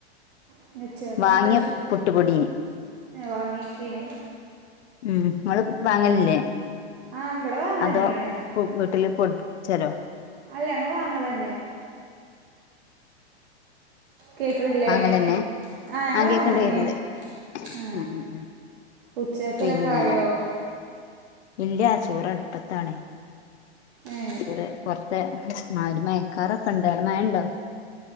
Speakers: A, on the right; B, on the left.
A: പിന്നെ ഉച്ചേത്തെന്താ
B: വാങ്ങിയ പുട്ടുപൊടി
A: വാങ്ങിക്കീനി
B: ഉം ഇങ്ങള് വാങ്ങലില്ലേ
A: ആ ഇവിടെ വാങ്ങൽ
B: അതോ
A: തന്നെയാണ്
B: പ്പ് വീട്ടിൽ പൊട് ചലോ.
A: അല്ല ഇങ്ങ വാങ്ങലന്നെ കേൾക്കണില്ലേ
B: വാങ്ങലെന്നെ
A: ആ ഞങ്ങൾ
B: ആഹ് കേക്കണ്ട്
A: വാങ്ങൽ തന്നെയാണ്
B: കേക്കണ്ട്.
A: ആ
B: ഉ ഉം ഉം
A: ഉച്ചക്കിലൊക്കെ
B: പിന്നെ
A: ആയോ
B: ഇല്ല്യ ചോറ് അടുപ്പത്താണേ
A: ഏ
B: റെ പൊറത്ത് മാരി മയക്കാറൊക്കെണ്ട് അവിടെ മഴണ്ടോ?